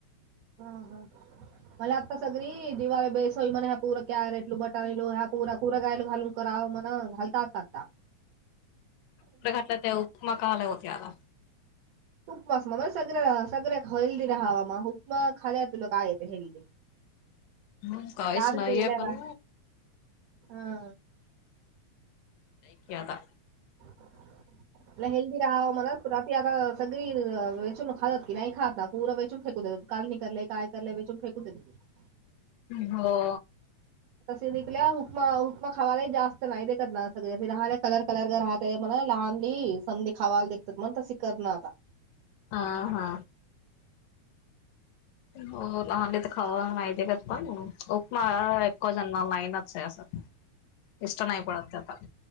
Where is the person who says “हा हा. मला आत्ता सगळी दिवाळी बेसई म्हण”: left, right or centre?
Right